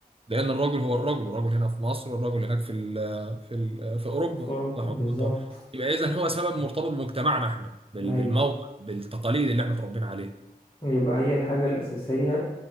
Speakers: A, on the right (about 35°); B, on the left (about 30°).
A: لان الرجل هو الرجل الرجل هنا في مصر والرجل هناك في ال في ال في اوروبا
B: ف- في أوروبا
A: صح ولا
B: بالظبط
A: أنا غلطان؟ يبقى اذا هو سبب مرتبط بمجتمعنا احنا بال-
B: أيوة
A: بالموقع بالتقاليد اللي احنا اتربينا عليها
B: يبقى هي الحاجة الأساسية